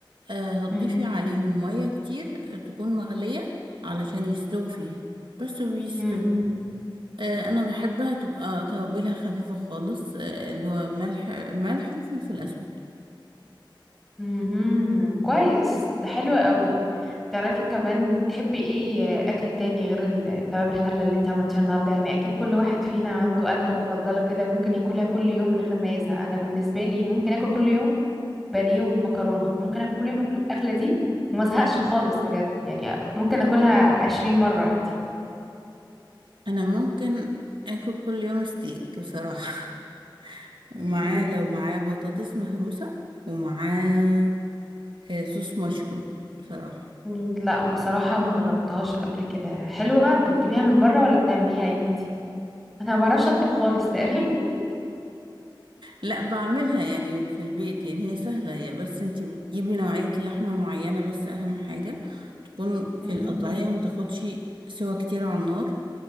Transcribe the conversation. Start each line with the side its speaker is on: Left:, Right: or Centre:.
Right: آه، هتضيفي
Centre: امم
Right: عليهم مية كتير آه، تكون مغلية علشان يستووا فيها بس ويستووا
Centre: امم
Right: آه، انا بحبها تبقى توابلها خفيفه خالص آه، اللي هو ملح ملح وفلفل اسود
Centre: امم كويس ده حلو قوي تعرفي كمان بتحبي ايه اكل تاني غير الكباب الحله اللي انت عملتيها النهارده يعني اكيد كل واحد فينا عنده اكله مفضله كده ممكن ياكلها كل يوم من غير ما يزهق انا بالنسبه لي ممكن اكل كل يوم بانيه ومكرونه ممكن اكل كل يوم أكل- الاكله دي وما ازهقش خالص بجد يعني ممكن اكلها عشرين مره عادي
Right: انا ممكن اكل كل يوم ستيك بصراحه <laughs> ومعاه
Centre: مم.
Right: لو معاه بطاطس مهروسه ومعاه آه، صوص مشروم بصراحه
Centre: مم، لا بصراحه ما جربتهاش قبل كده حلوه بتجيبيها من بره ولا بتعمليها انتي انا ما بعرفش اطبخ خالص تقريبا
Right: لا بعملها يعني في البيت يعني هي سهله هي بس انتي بتجيبي نوعيه لحمه معينه بس اهم حاجه تكون
Centre: مهم.
Right: القطعيه متاخدش سوا كتير على النار